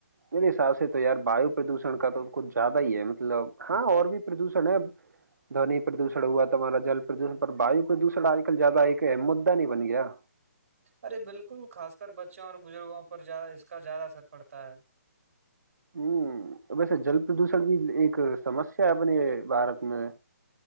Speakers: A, on the right (about 85°); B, on the right (about 55°).
A: میرے حساب سے تو یار واو پردوشن کا تو کچھ زیادہ ہی ہے مطلب ہاں اور بھی پردوشن ہے دونی پردوشن ہوا تھا جل پردوشن پر وایو پردوشن آج کل زیادہ ایک اہم مدا نہیں بن گیا
B: ارے بالکل خاص کر بچوں اور بزرگوں پر اس کا زیادہ اثر پڑتا ہے
A: ہوں ویسے جل پردوشن بھی ایک سمسیا ہے اپنے بھارت میں